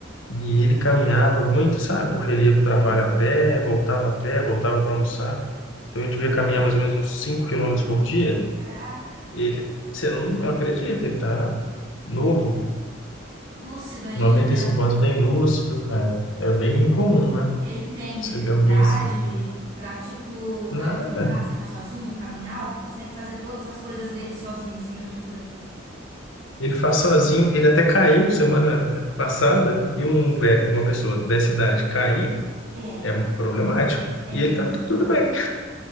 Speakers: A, on the left; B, on the right.
A: E ele caminhava muito, sabe? Porque ele ia para o trabalho
B: Sim,
A: a pé, voltava a pé, voltava para almoçar. Então ele devia caminhar mais ou menos uns 5 quilômetros por dia.
B: caraca.
A: E ele, você não, não acredita, ele tá novo,
B: Lúcido ainda.
A: com 95 anos, bem lúcido. É, é bem incomum, né?
B: Ele tem
A: Você
B: dificuldade
A: vê alguém assim.
B: para, tipo,
A: Nada.
B: é, levantar, sentar sozinho, caminhar, ou consegue fazer todas as coisas dele sozinho, sem ajuda.
A: Ele faz sozinho. Ele até caiu semana passada. E
B: Nossa.
A: um, vé- uma pessoa dessa idade cair
B: É,
A: é problemático.
B: é
A: E
B: muito
A: ele tá
B: problemático.
A: tudo bem.